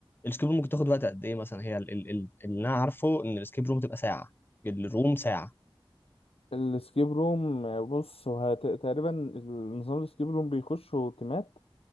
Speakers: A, on the left (about 20°); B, on the left (about 80°).
A: السكيب روم ممكن تاخد وقت قد ايه مثلا هي ال- ال- ال- اللي انا عارفه ان السكيب روم تبقى ساعه الروم ساعه
B: السكيب روم آه، بص هو هت- تقريبا النظام السكيب روم بيخشوا تيمات